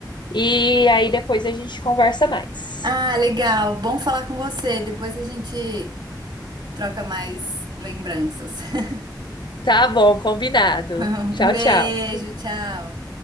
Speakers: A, on the left; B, on the right.
A: e aí depois a gente conversa mais.
B: Ah, legal. Bom falar com você. Depois a gente troca mais lembranças. <laughs>
A: Tá bom, combinado.
B: Um
A: Tchau,
B: beijo,
A: tchau.
B: tchau.